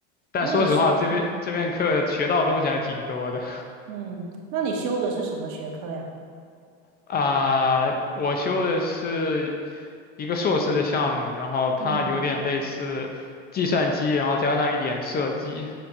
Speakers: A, on the left; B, on the right.
A: 但说实话，
B: 那你是嗯
A: 这边这边课学到的东西还挺多的
B: 嗯，那你修的是什么学科呀？
A: 啊、呃我修的是一个硕士的项目，然后它有点类似计算机，
B: 嗯。
A: 然后加上一点设计。